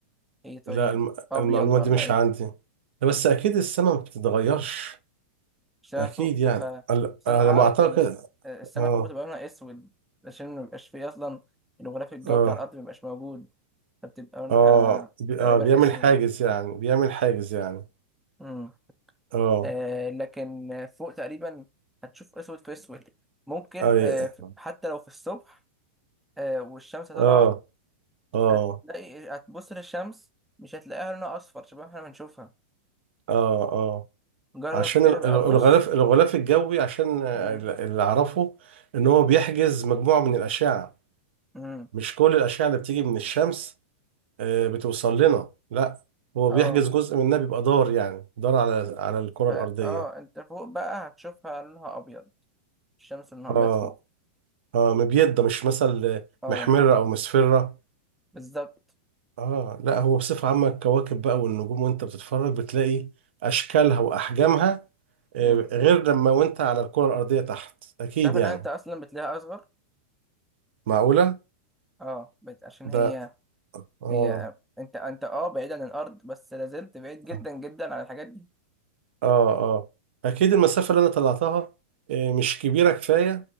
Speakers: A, in the centre; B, on the right.
A: ايه طيب
B: لا الم-
A: ابيض
B: المعلومه
A: ولا
B: دي مش
A: ايه
B: عندي لا، بس اكيد السماء ما بتتغيرش
A: عشان
B: اكيد
A: أنا فوق
B: يعني
A: تبقى
B: على
A: عشان
B: على
A: أنا اعرف
B: ما اعتقد
A: ان الس- السماء
B: اه
A: فوق بتبقى لونها اسود عشان مبيبقاش فيه اصلا الغلاف الجوي
B: اه
A: بتاع الارض مبيبقاش موجود فبتبقى لونها
B: اه بي-
A: تقريبا
B: اه بيعمل
A: اسود
B: حاجز يعني بيعمل حاجز يعني
A: امم
B: اه
A: آه لكن فوق تقريبا هتشوف اسود في اسود ممكن
B: اه
A: آه ف- حتى لو في الصبح آه والشمس طالعه
B: اه اه
A: هتلاقي هتبص للشمس مش هتلاقيها لونها اصفر شبه ما احنا بنشوفها
B: اه اه
A: جرب
B: عشان
A: كده
B: ال-
A: بقى
B: ال- الغلاف
A: بص
B: الغلاف الجوي عشان آه،
A: امم
B: ال- اللي اعرفه ان هو بيحجز مجموعة من الاشعة
A: امم
B: مش كل الاشعة اللي بتيجي من الشمس آه، بتوصل لنا لا هو
A: اه
B: بيحجز جزء منها بيبقى دار يعني دار على على الكرة
A: فا
B: الارضية
A: اه انت فوق بقى هتشوفها لونها ابيض الشمس لونها
B: اه
A: ابيض فوق
B: اه مبيضة مش مثل
A: اه
B: محمرة او مسفرة
A: بالظبط
B: اه لا هو بصفة عامة الكواكب بقى والنجوم وانت بتتفرج بتلاقي اشكالها واحجامها آه،
A: مم.
B: غير لما وانت على الكرة الارضية تحت اكيد
A: تعرف ان
B: يعني
A: انت اصلا بتلاقيها اصغر
B: معقولة
A: اه بت... عشان هي
B: ده اه
A: هي انت انت اه بعيد عن الارض بس لازلت بعيد جدا
B: اه
A: جدا عن الحاجات دي
B: اه اكيد المسافة اللي انا طلعتها آه، مش كبيرة كفاية